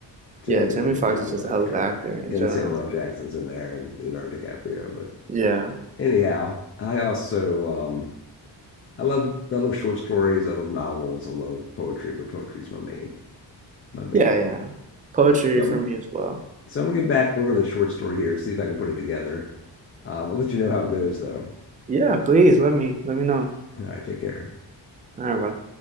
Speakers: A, on the left (about 30°); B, on the right (about 20°).
A: too.
B: yeah,
A: Does
B: Jamie
A: a good
B: Foxx
A: job
B: is
A: with
B: just
A: that
B: a hell
A: character.
B: of an actor in
A: And
B: general.
A: Samuel L. Jackson's in there and Leonardo DiCaprio. But
B: Yeah.
A: anyhow, I also um I love I love short stories. I love novels. I love poetry, but poetry's my main my main
B: Yeah, yeah.
A: one.
B: Poetry
A: So
B: for
A: I'm
B: me as well.
A: So I'm gonna get back, work on the short story here, see if I can put it together. Um, I'll let you know how it goes, though.
B: Yeah, please let me let me know.
A: All right, take care.
B: All right, bro.